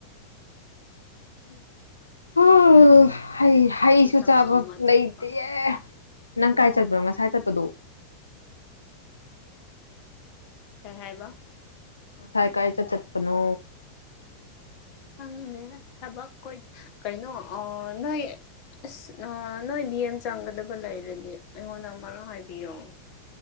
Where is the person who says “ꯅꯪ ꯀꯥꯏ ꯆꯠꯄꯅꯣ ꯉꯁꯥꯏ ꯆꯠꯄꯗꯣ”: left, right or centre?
Left